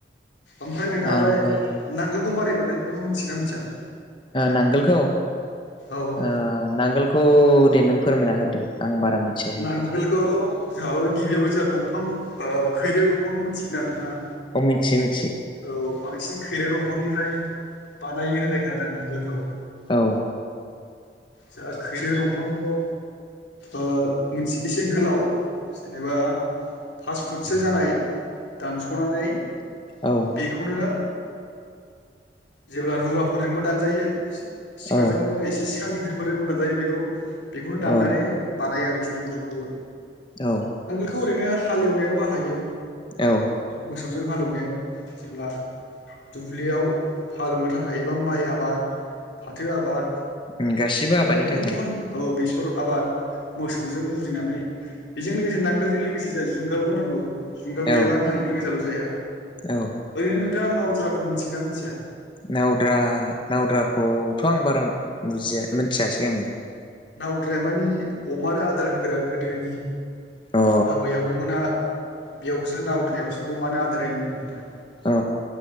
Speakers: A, on the left; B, on the left.
A: ओमफ्राय नोंथाङालाय
B: ओमफ्रायो
A: नांगोलखौ मारै बानाय बेखौ मिथिगोना मिथिया
B: नांगोलखौ
A: औ
B: ओ नांगोलखौ दे नों फोरमायना होदो आं बारा मिथिया जेखौ
A: नांगोलखौ जोंहा गिबियावनो जोंहा दंफां खैरो दंफांखौ मिथिगोना नोंथां?
B: अ मिथियो मि
A: औ बांसिन खैरो दंफांनिफ्राय बानायो होननाय खोनादों आं नांगोलखौ
B: औ
A: जा खैरो दंफांखौ ओ मोनसे एसे गोलाव जेनेबा फास फुटसो जानाय दानस'नानै
B: औ
A: बेखौनो जेब्ला रुवाफोरजोंबो दानजायो सिखाजोंबो
B: औ
A: एसे सिखा गिदिरफोर मोजां जायो बेखौ बेखौनो दाननानै
B: औ
A: बानायो आरोखि नांगौखौ ओ
B: औ
A: बेखौ ओरैनो हालेवनायाव बाहायो
B: औ
A: मोसौजों हालेवनायाव जेब्ला दुब्लियाव हालेवनो थाखाय एबा माइ आबाद फाथो आबाद
B: उम गासिबो
A: इदिनो
B: आबादनि
A: गुबुन
B: थाखाय
A: गुबुन औ बे स <unintelligible> आबाद मोसौजों जुरिनानै बेजों लोगोसे नांगोलजों लोगोसे जाय जुंगालबो नांगौ जुंगाल गैयाबानो
B: औ
A: हांगाल गोसाल' जाया
B: औ
A: नो नोंथांआ नावद्रााखौ मिथिगोना मिथिया?
B: नावद्रा नावद्राखौथ' आं बारा बुजिया मिथियासै आङो
A: नावद्रायामानि अमानो आदार होग्रा गोदोनि
B: अ
A: आबै आबौमोनहा बेयावसो नावद्रायावसो अमानो आदार होयोमोन नो नोंथां
B: अ